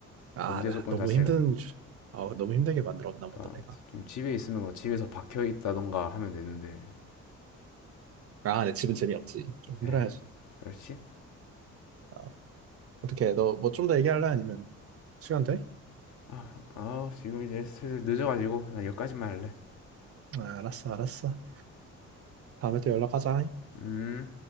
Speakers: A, on the right; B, on the left.
A: 아
B: 전제
A: 나
B: 조건
A: 너무
B: 자체가.
A: 힘든 주- 아 너무 힘들게 만들었나 보다
B: 그러니까
A: 내가.
B: 좀 집에 있으면 뭐 집에서 박혀 있다던가 하면 되는데
A: 아 내 집은 재미없지. 좀 힘들어야지.
B: 에이, 그렇지?
A: 어. 어떻게 너 뭐 좀 더 얘기할래 아니면 시간 돼?
B: 아, 아 지금 이제 슬슬 늦어가지고 나 여기까지만 할래.
A: 아, 알았어, 알았어. 다음에 또 연락하자.
B: 음.